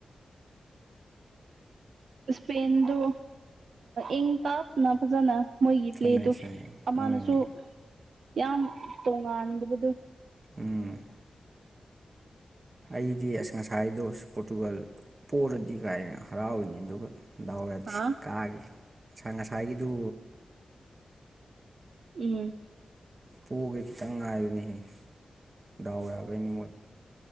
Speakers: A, on the right (about 80°); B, on the right (about 40°).
A: ꯏꯁꯄꯦꯟꯗꯨ ꯏꯪ ꯇꯞꯅ ꯐꯖꯅ ꯃꯣꯏꯒꯤ
B: ꯁꯥꯟꯅꯩ
A: ꯄ꯭ꯂꯦꯗꯨ
B: ꯁꯥꯟꯅꯩ
A: ꯑꯃꯅꯁꯨ
B: ꯎꯝ
A: ꯌꯥꯝ ꯇꯣꯉꯥꯟꯗꯕꯗꯨꯣ
B: ꯎꯝ ꯑꯩꯗꯤ ꯑꯁ ꯉꯁꯥꯏꯗꯣ ꯄꯣꯔꯇꯨꯒꯜ ꯄꯣꯂꯗꯤ ꯀꯥꯏꯅ ꯍꯔꯥꯎꯔꯤꯅꯤ ꯑꯗꯨꯒ ꯂꯧꯔꯗꯤ
A: ꯍꯥ
B: ꯀꯥꯈꯤ ꯉꯁꯥ ꯉꯁꯥꯏꯒꯤꯗꯨ
A: ꯎꯝ
B: ꯄꯣꯒꯦ ꯈꯤꯇꯪ ꯉꯥꯏꯕꯅꯤꯍꯦ ꯗꯥꯎ ꯌꯥꯕꯩꯅꯤ ꯃꯣꯢ